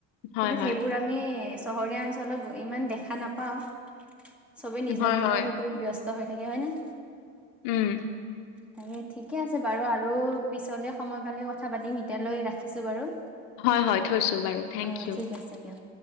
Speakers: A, on the left (about 60°); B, in the centre.
A: হয়
B: কিন্তু
A: হয়
B: সেইবোৰ আমি চহৰীয়া অঞ্চলত ইমান দেখা নাপাও চবে নিজৰ
A: হয়
B: নিজৰ
A: হয়
B: সেইটোত ব্যস্ত হৈ থাকে হয় নে?
A: উম
B: তাকে ঠিকে আছে বাৰু আৰু পিছলে সময় পালে কথা পাতিম এতিয়ালৈ ৰাখিছো বাৰু।
A: হয় হয় থৈছো বাৰু থেংক
B: অ
A: ইউ।
B: ঠিক আছে দিয়ক।